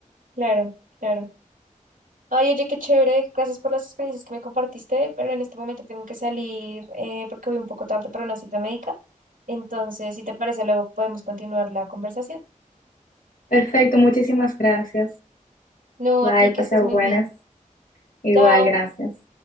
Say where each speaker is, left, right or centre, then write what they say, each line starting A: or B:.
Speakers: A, on the right (about 85°); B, on the left (about 85°).
A: claro, claro. Ay, oye, qué chévere. Gracias por las experiencias que me compartiste, pero en este momento tengo que salir eh, porque voy un poco tarde para una cita médica. Entonces, si te parece, luego podemos continuar la conversación.
B: Perfecto, muchísimas gracias.
A: No,
B: Bye,
A: a ti que
B: pase
A: estés
B: buenas.
A: muy bien.
B: Igual,
A: Chao.
B: gracias.